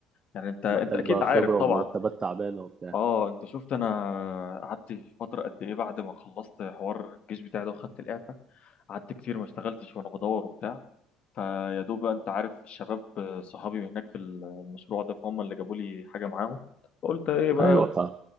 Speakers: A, on the left (about 50°); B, on the right (about 30°).
A: يعني انت انت
B: محتاج
A: اكيد
B: بقى
A: عارف
B: خبرة
A: طبعا
B: ومرتبات تعبانة وبتاع
A: اه انت شفت انا قعدت فتره قد ايه بعد ما خلصت حوار الجيش بتاعي ده وخدت الاعفاء قعدت كتير ما اشتغلتش وانا بدور وبتاع فيا دوب بقى انت عارف الشباب صحابي هناك في المشروع ده فهم اللي جابوا لي حاجه معاهم قلت ايه بقى
B: ايوه فاهم